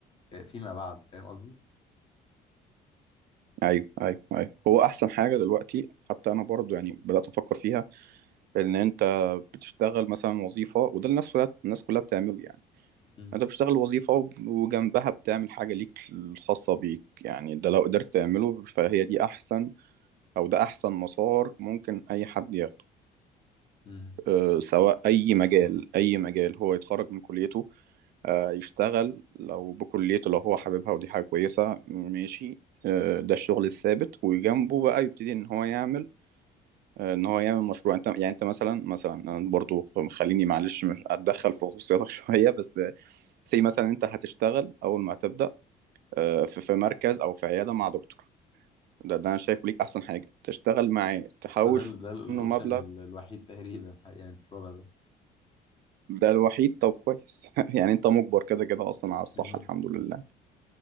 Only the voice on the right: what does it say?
ايوه ايوه ايوه هو احسن حاجة دلوقتي حتى انا برضه يعني بدأت افكر فيها ان انت بتشتغل مثلا وظيفة وده اللي نفسه الناس كلها بتعمله يعني
انت بتشتغل وظيفة وب- وجنبها بتعمل حاجة ليك الخاصة بيك يعني ده لو قدرت تعمله فهي دي احسن او ده احسن مسار ممكن اي حد ياخده
أه سواء اي مجال اي مجال هو يتخرج من كليته أه يشتغل لو بكليته لو هو حاببها ودي حاجة كويسة ماشي أه ده الشغل الثابت وجنبه بقى يبتدي ان هو يعمل آه، ان هو يعمل مشروع انت يعني انت مثلا مثلا انا برضو خليني معلش مش اتدخل في خصوصياتك <laughs> شويه بس سي مثلا انت هتشتغل اول ما هتبدا آه، في في مركز او في عياده مع دكتور ده ده انا شايفه ليك احسن حاجه تشتغل معاه تحوش
منه مبلغ
ده الوحيد طب كويس <laughs> يعني انت مجبر كده كده اصلا على الصحه
الحمد لله